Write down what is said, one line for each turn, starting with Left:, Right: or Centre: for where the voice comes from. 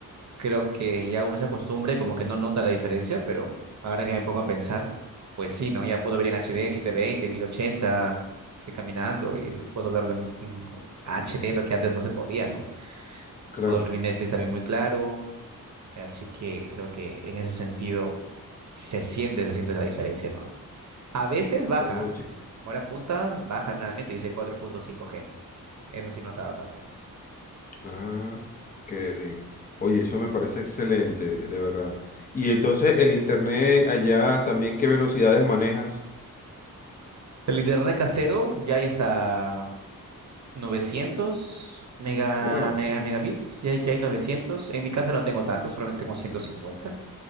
Right: creo que ya uno se acostumbra y como que no nota la diferencia, pero ahora que me pongo a pensar, pues sí, ¿no? Ya puedo ver en H D en 720, 1080, estoy caminando y puedo verlo en, en H D lo que antes no se podía, ¿no?
Left: Claro.
Right: Puedo ver mi Netflix también muy claro, así que creo que en ese sentido se siente, se siente la diferencia, ¿no? A veces baja,
Left: Oye.
Right: ahora punta, baja nuevamente, dice 4.5G. Eso sí, notado también.
Left: Ah, ok. Oye, eso me parece excelente, de verdad. Y entonces el internet allá también, ¿qué velocidades manejas?
Right: El internet casero, ya hay hasta 900 mega,
Left: Wow.
Right: mega, megabits, ya, ya hay 900. En mi casa no tengo tanto, solamente tengo 150,